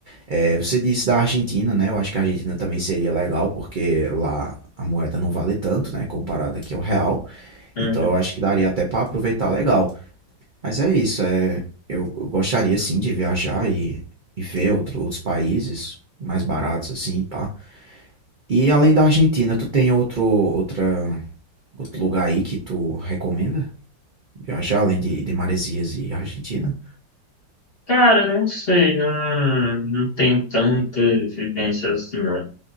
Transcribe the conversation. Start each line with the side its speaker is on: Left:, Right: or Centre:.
Right: É, você disse da Argentina, né? Eu acho que a Argentina também seria legal, porque lá a moeda não vale tanto, né? Comparada aqui ao real.
Left: Uhum.
Right: Então eu acho que daria até para aproveitar legal. Mas é isso, é, eu eu gostaria sim de viajar e, e ver outro- outros países mais baratos, assim, pá. E além da Argentina, tu tem outro, outra, outro lugar aí que tu recomenda? Viajar além de, de Maresias e Argentina?
Left: Cara, não sei, não, não tenho tanta vivência assim, não.